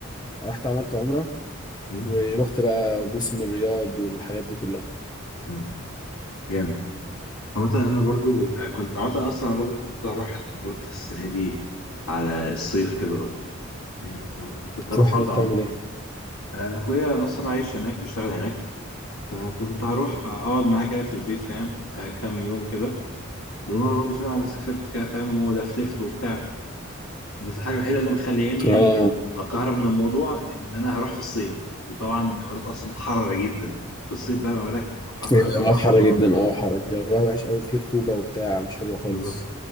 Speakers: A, on the left (about 20°); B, on the left (about 85°).
A: رحت عملت عمره
B: مم.
A: ورحت بقى موسم الرياض والحاجات دي كلها
B: أيوة. جامد عامة انا برضو آه، كنت عامة اصلا أنا برضو كان المفروض اروح الامارات السنه دي على الصيف كده برضو هي آه، وكنت
A: تروح
B: اروح اقعد
A: هناك
B: عم-
A: تعمل ايه
B: آه، اخويا اصلا عايش هناك بيشتغل هناك فكنت هروح اقعد معاه كده في البيت فاهم آه، كام يوم كده بالمره برضو فاهم ابقى سافرت كده فاهم ولفلفت وبتاع بس الحاجة الوحيدة اللي مخلياني
A: اه
B: مكهرب من الموضوع إن أنا هروح في الصيف وطبعا الإمارات أصلا حر جدا في الصيف بقى ما بالك هتبقى حر
A: ايوه
B: أكتر
A: الامارات
B: بعشر
A: حر
B: مرات
A: جدا اه حر جواها وحش قوي فيه رطوبه وبتاع مش حلو خالص
B: بالظبط